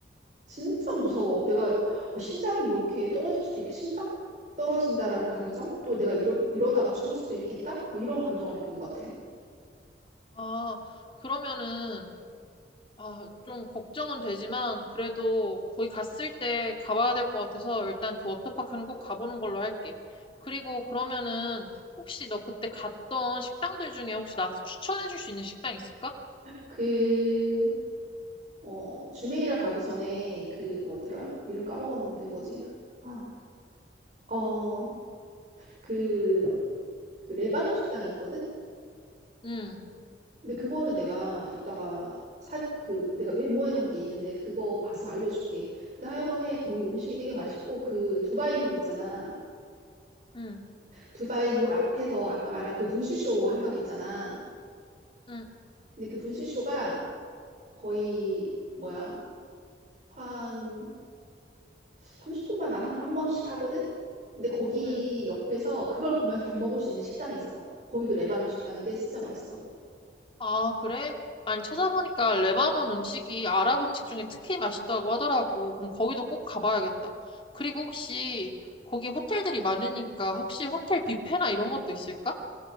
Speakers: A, on the right; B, on the left.
A: 진짜 무서워. 내가 뭐 심장이 이렇게 떨어질 수도 있고, 심장 떨어진다라는 감정? 또 내가 이러, 이러다가 죽을 수도 있겠다? 뭐 이런 감정을 느낀 것 같아.
B: 아, 그러면은, 아, 좀 걱정은 되지만, 그래도 거기 갔을 때 가봐야 될 것 같아서 일단 그 워터파크는 꼭 가보는 걸로 할게. 그리고 그러면은, 혹시 너 그때 갔던 식당들 중에 혹시 나한테 추천해줄 수 있는 식당 있을까?
A: 그, 어, 주메이라 가기 전에 그 뭐더라? 이름 까먹었는데 뭐지? 아, 어, 그, 그 레바논 식당이 있거든?
B: 응,
A: 근데 그거는 내가 이따가 사, 그, 내가 메모해 놓은 게 있는데 그거 봐서 알려줄게. 근데 하여간에 거기 음식이 되게 맛있고 그 두바이몰 있잖아.
B: 응,
A: 두바이 몰 앞에서 아까 말한 그 분수쇼 한다고 했잖아.
B: 응.
A: 근데 그 분수쇼가 거의 뭐야 한 30분마다 한, 한 번씩 하거든. 근데 거기
B: 응.
A: 옆에서 그걸 보면서 밥 먹을 수 있는 식당이 있어. 거기도 레바논 식당인데 진짜 맛있어.
B: 아, 그래? 아니, 찾아보니까 레바논 음식이 아랍 음식 중에 특히 맛있다고 하더라고. 그럼 거기도 꼭 가봐야겠다. 그리고 혹시 거기 호텔들이 많으니까 혹시 호텔 뷔페나 이런 것도 있을까?